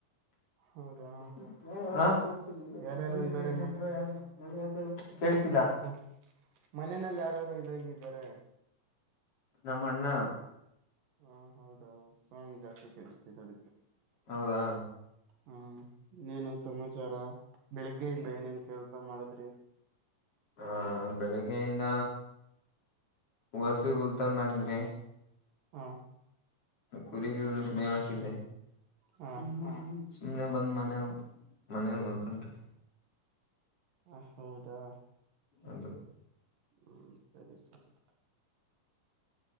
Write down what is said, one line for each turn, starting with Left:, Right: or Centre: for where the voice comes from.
Left: <inaudible>
Right: ಹೌದಾ ಯಾರ್ಯಾರು ಇದ್ದಾರೆ ಸ ಮನೆಯಲ್ಲಿ ಯಾರಾರು ಇದಂಗಿದ್ದಾರೆ
Left: ನಮ್ಮ ಅಣ್ಣ
Right: ಹ ಹೌದಾ ಸೌಂಡ್ ಜಾಸ್ತಿ ಕೇಳಿಸ್ತಿದೆ ಅದಕ್ಕೆ
Left: ಹೌದಾ
Right: ಹಾ ನೀೇನು ಸಮಾಚಾರ ಬೆಳಿಗ್ಗೆಯಿಂದ ಏನೇನ್ ಕೆಲ್ಸ ಮಾಡುದ್ರಿ
Left: ಹ ಬೆಳಗ್ಗೆಯಿಂದ ವಾಸಿಗ ಉಲ್ತನ್ ಹಗದ್ರೆ
Right: ಹ
Left: ಕುರಿ ಹಕ
Right: ಹ
Left: <unintelligible> ಸುಮ್ಮನೆ ಬಂದು ಮನೇಲಿ ಮನೇಲಿ ನಕೊಂಡಟ
Right: ಹ ಹೌದಾ
Left: ಅದು
Right: ಹ್ಮ್ ಸರಿ ಸರಿ